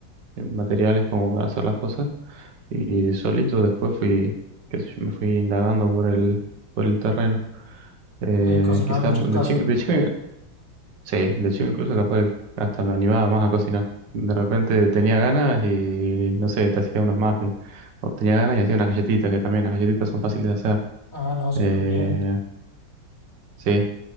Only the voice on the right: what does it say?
eh, materiales como para hacer las cosas. Y solito después fui, qué sé yo, me fui indagando por el, por el terreno. Eh,
quizás
de
chico, de chico. Sí, de hecho incluso capaz que hasta me animaba más a cocinar. De repente tenía ganas y no sé, te hacía unos muffins. O tenía ganas y hacía unas galletitas, que también las galletitas son fáciles de hacer.
Eh,
sí,